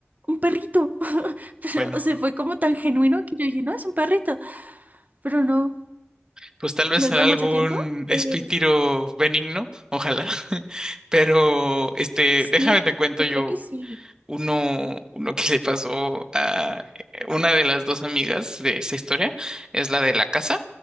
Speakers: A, on the right (about 35°); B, on the right (about 15°).
A: un perrito, <laughs> pero,
B: Bueno,
A: o sea, fue como tan genuino que yo dije, no, es un perrito, pero no,
B: pues tal vez
A: luego
B: será
A: de
B: algún
A: mucho tiempo,
B: espítiro
A: eh,
B: benigno, ojalá. <laughs> Pero, este,
A: sí,
B: déjame te cuento
A: yo
B: yo
A: creo que sí,
B: Uno, uno que le pasó a eh, una de las dos amigas de esta historia es la de la casa.